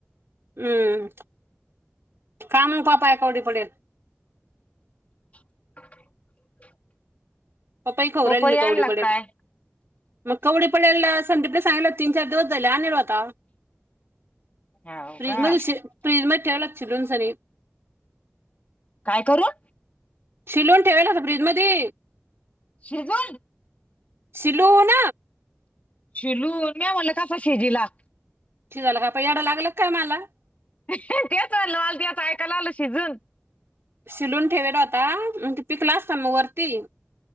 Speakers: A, on the right; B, on the left.
A: हम्म कान पापाय कवढे पडेल.
B: <inaudible>
A: पप्पाही खवरल
B: पपई
A: मी
B: आणला
A: कवडी
B: का
A: पडे.
B: काय
A: मग कवडी पडलेला संदीपला सांगल तीन चार दिवस झाले आ नाय राहिला आता.
B: हाव
A: फ्रीज
B: का
A: मध श फ्रीज मध्ये ठेवालाग चि ब्रनसनी
B: काय करून?
A: शिलून ठेवाला का फ्रिज मधी?
B: शिजून
A: शिलून.
B: शिलून मी आ म्हला <unintelligible> कसा शेजीला.
A: शिजंल झालं का प याडं लागल काय मला?
B: तेच म्हणल् मला तेच ऐकायला आलं शिजून.
A: शिलून ठेवेला होता मग पिकला असता मग वरती.